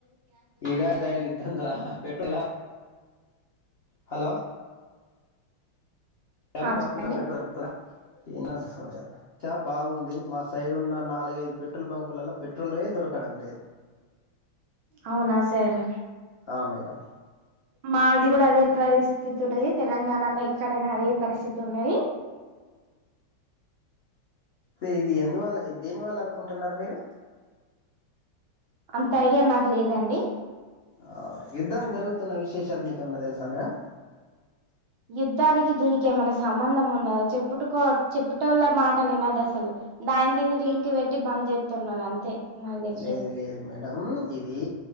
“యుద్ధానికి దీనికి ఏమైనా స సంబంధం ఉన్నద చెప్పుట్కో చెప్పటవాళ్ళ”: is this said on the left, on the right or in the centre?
Right